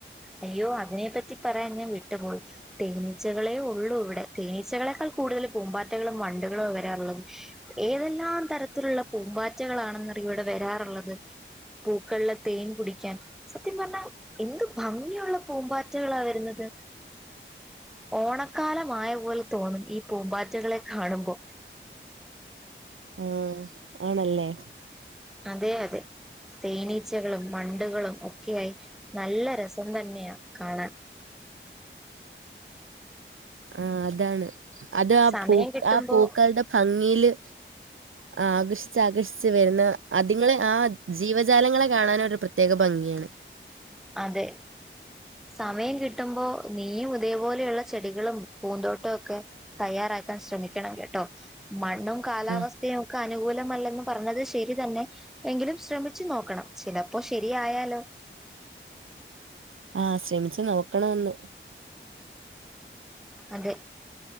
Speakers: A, in the centre; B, on the right.
A: അയ്യോ അതിനെപ്പറ്റി പറയാൻ ഞാൻ വിട്ടുപോയി തേനീച്ചകളേ ഒള്ളൂ ഇവിടെ തേനീച്ചകളെക്കാൾ കൂടുതൽ പൂമ്പാറ്റകളും വണ്ടുകളും വരാറുള്ളത് ഏതെല്ലാം തരത്തിലുള്ള പൂമ്പാറ്റകളാണെന്നറിയൊ ഇവിടെ വരാറുള്ളത് പൂക്കളിലെ തേൻ കുടിക്കാൻ സത്യം പറഞ്ഞാൽ എന്ത് ഭംഗിയുള്ള പൂമ്പാറ്റകളാ വരുന്നത് ഓണക്കാലമായ പോലെ തോന്നും ഈ പൂമ്പാറ്റകളെ കാണുമ്പൊ
B: ഏ ആണല്ലേ?
A: അതെ അതെ തേനീച്ചകളും വണ്ടുകളും ഒക്കെയായി നല്ല രസം തന്നെയ കാണാൻ
B: ആ അതാണ് അത് ആ
A: സമയം
B: പൂ
A: കിട്ടുമ്പോ
B: ആ പൂക്കളുടെ ഭംഗിയില്
A: <inaudible>
B: ആ ആകർഷിച്ചാകർഷിച്ച് വരുന്ന അതി ങ്ങളെ ആ ജീവജാലങ്ങളെ കാണാനൊരു പ്രത്യേക ഭംഗിയാണ്
A: അതെ സമയം കിട്ടുമ്പൊ നീയും ഇതേപോലെയുള്ള ചെടികളും പൂന്തോട്ടൊ ഒക്കെ തയ്യാറാക്കാൻ ശ്രമിക്കണം കേട്ടോ മണ്ണും കാലാവസ്ഥയും
B: ആഹ്
A: ക്കെ അനുകൂലമല്ലന്ന് പറഞ്ഞത് ശരി തന്നെ എങ്കിലും ശ്രമിച്ചു നോക്കണം ചിലപ്പോ ശരിയായാലോ?
B: ആ ശ്രമിച്ചു നോക്കണൊന്ന്
A: അതെ